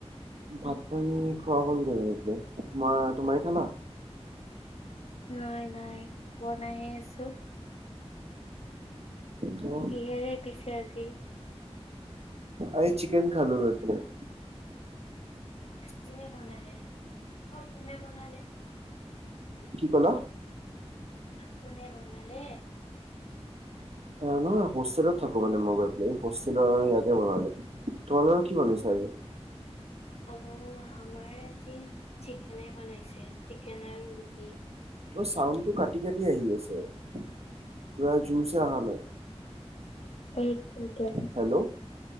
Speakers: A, on the right; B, on the left.
A: ভাত, পানী খোৱা হ'লগে <unintelligible> তোমা তোমালোকে খালা?
B: নাই নাই, বনাইহে আছোঁ।
A: অ'।
B: কিহেৰে পিছে আজি?
A: আজি চিকেন খালোঁ ৰৈ পেলাই।
B: কোনে বনালে? অ' কোনে বনালে?
A: কি ক'লা?
B: কোনে বনালে?
A: এহ নহয়, হোষ্টেলত থাকোঁ মানে মই গৈ পেলাই। এই হোষ্টেলৰ সেয়াতে বনালোঁ। তোমালোকৰ কি বনাইছা আজি?
B: অ', আমাৰ আজি চিকেনে বনাইছে। চিকেন আৰু ৰুটি।
A: তোমাৰ চাউণ্ডটো কাটি কাটি আহি আছে। কিবা জোৰচে অহা নাই।
B: <unintelligible>
A: হেল্ল'